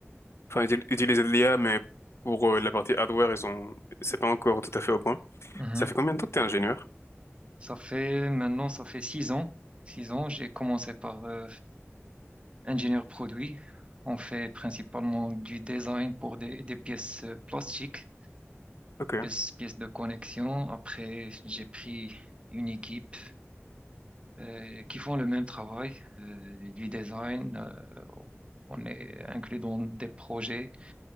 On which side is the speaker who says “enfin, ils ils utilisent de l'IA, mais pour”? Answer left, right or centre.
Left